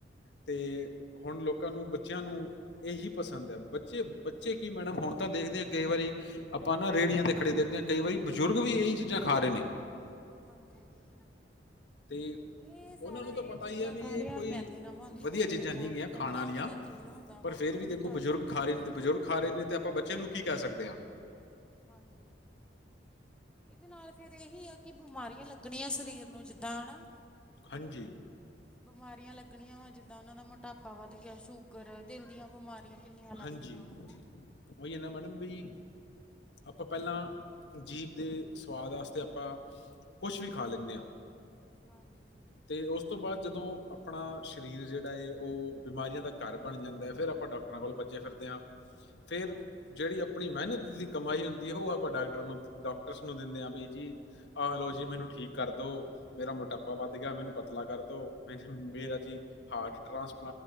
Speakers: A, on the left (about 70°); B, in the centre.
A: ਤੇ ਹੁਣ ਲੋਕ ਕਾਂ ਨੂੰ ਬੱਚਿਆਂ ਨੂੰ ਇਹੀ ਪਸੰਦ ਹੈ, ਬੱਚੇ-ਬੱਚੇ ਕੀ ਮੈਡਮ ਹੁਣ ਤਾਂ ਦੇਖਦੇ ਆ ਕਈ ਵਾਰੀ ਅ ਆਪਾਂ ਨਾ ਰੇੜੀਆਂ ਤੇ ਖੜੇ ਦੇਖਦੇ ਹਾਂ ਕਈ ਵਾਰੀ ਬਜ਼ੁਰਗ ਵੀ ਇਹੀ ਚੀਜ਼ਾਂ ਖਾ ਰਹੇ ਨੇ।
B: ਹਾਂਜੀ
A: ਤੇ
B: ਇਹ
A: ਉਹਨਾਂ
B: ਸਾਰਾ
A: ਨੂੰ ਤਾਂ
B: ਇਹ
A: ਪਤਾ
B: ਚੀਜ਼ਾਂ
A: ਹੀ ਹੈ ਵੀ
B: ਸਾਰੀਆਂ
A: ਇਹ ਕੋਈ
B: ਮੈਦੇ ਨਾਲ ਬਣਦੀਆਂ
A: ਵਧੀਆ
B: ਵਾ
A: ਚੀਜ਼ਾਂ
B: ਤੇ ਜਾਂ
A: ਨੀ ਹੈਗੀਆਂ ਖਾਣ
B: ਗੰਦਾ
A: ਆਲੀਆਂ
B: ਉਹਨਾਂ ਦਾ ਤੇਲ ਹੁੰਦਾ ਵਾ
A: ਪਰ ਫੇਰ
B: ਤੇ ਉਹੀ
A: ਵੀ ਦੇਖੋ
B: ਤਲ
A: ਬਜ਼ੁਰਗ
B: ਤਲ ਕੇ
A: ਖਾ
B: ਉਹ
A: ਰਹੇ
B: ਦੇਈ
A: ਨੇ
B: ਜਾਂਦੇ
A: ਬਜ਼ੁਰਗ
B: ਆ
A: ਖਾ ਰਹੇ ਨੇ ਤੇ ਆਪਾਂ ਬੱਚੇ ਨੂੰ ਕੀ ਕਹਿ ਸਕਦੇ ਹਾਂ।
B: ਹਾਂਜੀ ਇਹਦੇ ਨਾਲ ਫੇਰ ਇਹੀ ਆ ਕਿ ਬਿਮਾਰੀਆਂ ਲੱਗਣੀਆਂ ਸਰੀਰ ਨੂੰ ਜਿੱਦਾਂ ਹਨਾ।
A: ਹਾਂਜੀ,
B: ਬਿਮਾਰੀਆਂ ਲੱਗਣੀਆਂ ਵਾ ਜਿੱਦਾਂ ਉਹਨਾਂ ਦਾ ਮੋਟਾਪਾ ਵੱਧ ਗਿਆ ਸ਼ੂਗਰ ਦਿਲ ਦੀਆਂ ਬਿਮਾਰੀਆਂ ਕਿੰਨੀਆਂ ਲੱਗਦੀਆਂ
A: ਹਾਂਜੀ
B: ਵਾ।
A: ਉਹੀ ਹੈ ਨਾ ਮੈਡਮ ਬਈ ਆਪਾਂ ਪਹਿਲਾਂ ਜੀਭ ਦੇ ਸਵਾਦ ਵਾਸਤੇ ਆਪਾ ਕੁਛ ਵੀ ਖਾ ਲੈਨੇ ਹਾ।
B: ਹਾਂਜੀ
A: ਤੇ ਉਸ ਤੋਂ ਬਾਦ ਜਦੋਂ ਆਪਣਾ ਸਰੀਰ ਜਿਹੜਾ ਹੈ ਉਹ ਬਿਮਾਰੀਆਂ ਦਾ ਘਰ ਬਣ ਜਾਂਦਾ ਹੈ ਫੇਰ ਆਪਾਂ ਡਾਕਟਰਾਂ ਕੋਲ ਭੱਜੇ ਫਿਰਦੇ ਆ। ਫੇਰ
B: ਹਾਂਜੀ
A: ਜਿਹੜੀ ਆਪਣੀ ਮਿਹਨਤ ਦੀ ਕਮਾਈ ਹੁੰਦੀ ਹੈ ਉਹ ਆਪਾਂ ਡਾਕਟਰਾਂ ਨੂੰ ਡਾਕਟਰਸ ਨੂੰ ਦਿੰਦੇ ਆ ਬ ਜੀ ਆਹਲੋ ਜੀ ਮੈਨੂੰ ਠੀਕ ਕਰ ਦੋ ਮੇਰਾ ਮੋਟਾਪਾ ਵੱਧ ਆ ਮੈਨੂੰ ਪਤਲਾ ਕਰਦੋ ਮਨ ਮੇਰਾ ਜੀ ਹਾਰਟ ਟਰਾਂਸ